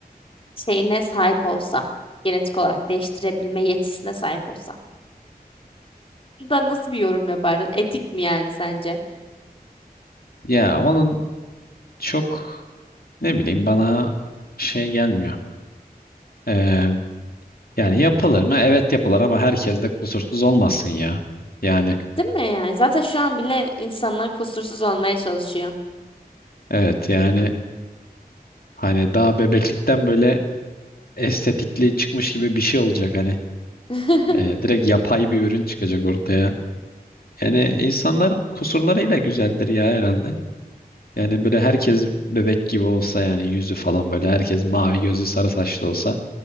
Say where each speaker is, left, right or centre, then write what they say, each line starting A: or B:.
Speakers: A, on the left (about 35°); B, on the left (about 65°).
A: şeyine sahip olsa, genetik olarak değiştirebilme yetisine sahip olsa. Da nasıl bir yorum yapardın? Etik mi yani sence?
B: Ya onun çok ne bileyim bana şey gelmiyor. Ee, yani yapılır mı? Evet yapılır ama herkes de kusursuz olmasın ya. Yani
A: Değil mi yani? Zaten şu an bile insanlar kusursuz olmaya çalışıyor.
B: evet yani hani daha bebeklikten böyle estetikli çıkmış gibi bir şey olacak hani.
A: <laughs>
B: Ee, direkt yapay bir ürün çıkacak ortaya. Yani insanlar kusurlarıyla güzeldir ya herhalde. Yani böyle herkes bebek gibi olsa yani yüzü falan böyle herkes mavi gözlü sarı saçlı olsa